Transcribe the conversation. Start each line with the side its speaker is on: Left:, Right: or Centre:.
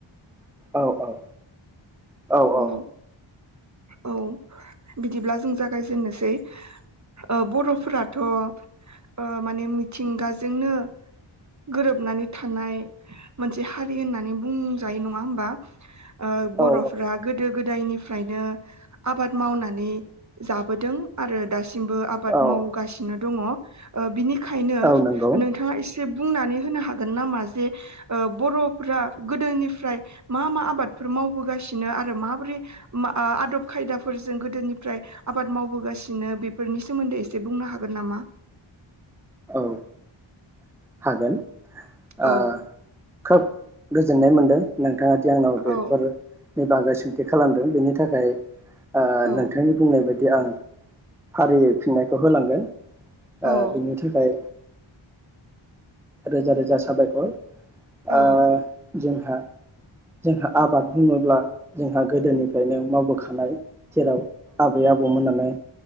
Centre: औ औ औ
Right: अ
Centre: औ
Right: औ बिदिब्ला जों जागायजेेननोसै अ बर'फोराथ' अ माने मिथिंगाजोंनो गोरोबनानै थानाय मोनसे हारि होननानै बुंजायो नङा होमबा अ बर'
Centre: औ
Right: फ्रा गोदो गोदायनि- फ्रायनो आबाद मावनानै जाबोदों आरो दा सिमबो आबाद
Centre: औ
Right: मावगासिनो दङ अ बिनि खायनो
Centre: औ नंगौ
Right: नोंथाङा एसे बुंनानै होनो हागोन नामा जे अ बर'फोरा गोदोनिफ्राय मा मा आबादफोर मावबोगासि नो आरो माबोरै मा आ-आदब खायदाफोरजों गोदोनिफ्राय आबाद मावबोगासिनो बेफोरनि सोमोन्दै एसे बुंनो हागोन नामा?
Centre: औ हागोन
Right: औ
Centre: अ खोब गो जोन्नाय मोन्दों नों थाङा दि आंनाव
Right: औ
Centre: बेफोर नि बागै सोंथि खालामदों बेनि थाखाय अ
Right: औ
Centre: नोंथांनि बुंनाय बाय दि आं फारियै फिननायखौ होलांगोन। बिनि
Right: औ
Centre: थाखाय रोजा रोजा साबायखर
Right: औ
Centre: <inaudible> <unintelligible> जोंहा जोंहा आबाद बुङोब्ला जोंहा गोदोनिफ्रायनो मावबोखानाय। जेराव आबै आबौमोनाल